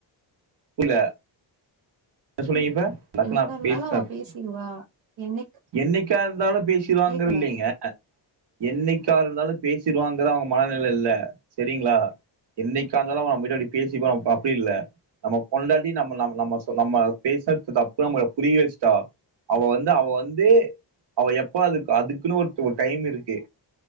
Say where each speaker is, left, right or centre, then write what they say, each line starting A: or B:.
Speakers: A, on the right; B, on the right.
A: புரில என்ன
B: புரி
A: சொன்னீங்க இப்ப லக்னா
B: என்னைக்கா இருந்தாலு
A: <unintelligible>
B: அவ பேசிருவா என்னைக்
A: என்னைக்கா இருந்தாலும் பேசடுவாங்க
B: கேக்கல
A: இல்லலைங்க என்னைக்கா இருந்தாலும் பேசிடுவாங்க அவங்க மனநிலை இல் சரிங்களா என்னைக்காந்தாலும் அவா பேசி அப்படி இல்லை நம்ம பொண்டாடி ந நம்ம பேசப்பு பு வச்சா அவ வந்து அவ வந்து அவ எப்ப அது அதுக்கு ஒரு டைம் இருக்கு